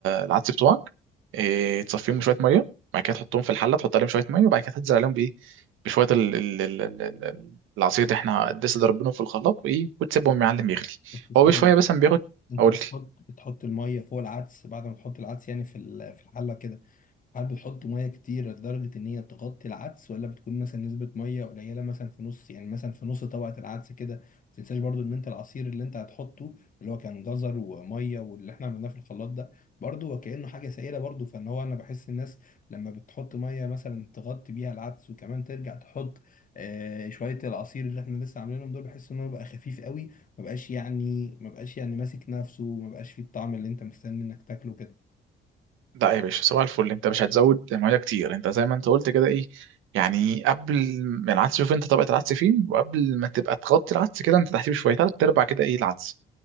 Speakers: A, on the right; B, on the left.
A: العدس بتوعك آه تصفيهم شوية مية بعد كده تحطهم في الحلة تحط عليهم شوية مية وبعد كده تنزل عليهم بايه بشوية ال ال ال ال ال- العصير اللي احنا لسه ضربينه في الخلاط وايه وتسيبهم يا معلم يغلي
B: بس استنى
A: هو بشوية بس بياخد
B: انت
A: اقول
B: بتحط
A: لي
B: بتحط الميه فوق العدس بعد ما تحط العدس يعني في ال- في الحله كده هل بتحطوا ميه كتير لدرجه ان هي تغطي العدس ولا بتكون مثلا نسبه ميه قليله مثلا في نص يعني مثلا في نص طبقه العدس كده ما تنساش برضو ان انت العصير اللي انت هتحطه اللي هو كان جزر وميه واللي احنا عملناه في الخلاط ده برضو وكانه حاجه سائله برضو فان هو انا بحس الناس لما بتحط ميه مثلا تغطي بيها العدس وكمان ترجع تحط آه شويه العصير اللي احنا لسه عاملينهم دول بحس ان هو بقى خفيف قوي ما بقاش يعني ما بقاش يعني ماسك نفسه ما بقاش فيه الطعم اللي انت مستني انك تاكله كده
A: لا يا باشا صباح الفل انت مش هتزود ميه كتير انت زي ما انت قلت كده ايه يعني قبل ما العدس شوف انت طبقه العدس فين وقبل ما تبقى تغطي العدس كده انت تحتيه شويه تلات ارباع كده ايه العدس